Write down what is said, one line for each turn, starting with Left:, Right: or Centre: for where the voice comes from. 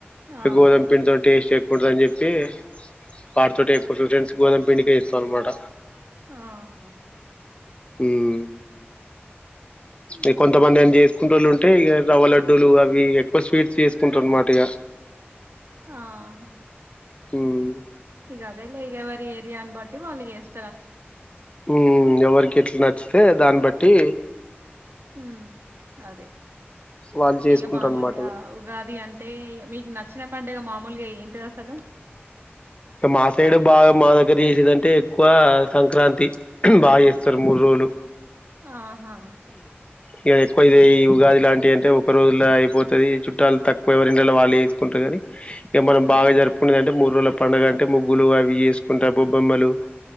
Right: ఆ
Left: గోదమ పింతో టేస్ట్ ఉంటదని చెప్పి వాటితో ఎక్కువ ఫ్రెండ్స్ గోదం దీనికే ఇస్తార్ అన్నమాట
Right: ఆహా
Left: మ్మ్
Right: ఉమ్.
Left: ఇగ్ కొంతమంది ఏం చేసుకుంటోళ్ళు ఉంటే ఇగ రవ్వ లడ్డూలు అవి ఎక్కువ స్వీట్స్ చేసుకుంటారు అన్నమాట ఇగ
Right: ఆహా
Left: హుమ్
Right: ఇగ అదే లే ఇగ ఎవరి ఏరియాన్ బట్టి వాళ్ళు ఎస్
Left: హమ్ ఎవరి ఇట్లా నచ్చితే దాన్ని బట్టి
Right: మ్ అదే
Left: వాళ్ళు చేసుకుంటారు
Right: ఇక మామూలుగా
Left: అనమాట
Right: ఉగాది అం అంటే మీకు నచ్చిన పండుగ మామూలుగా ఏంటిదసలు
Left: మా సైడు బాగా మా దగ్గర చేసేదింటే ఎక్కువ సంక్రాంతి బాగా చేస్తారు మూడు రోజులు
Right: ఆహా
Left: ఇక ఎక్కువ చెయ్ ఉగాది లాంటి అంటే ఒక రోజుల్లో అయిపోతుంది చుట్టాలు తక్కువ ఎవరిండ్లల వాళ్లే వేసుకుంటారు కానీ ఇక మనం
Right: ఉమ్
Left: బాగా జరుపుకునేది అంటే మూ రుణం పండుగ అంటే ముగ్గులు అవి చేసుకుంటారు బొమ్మలు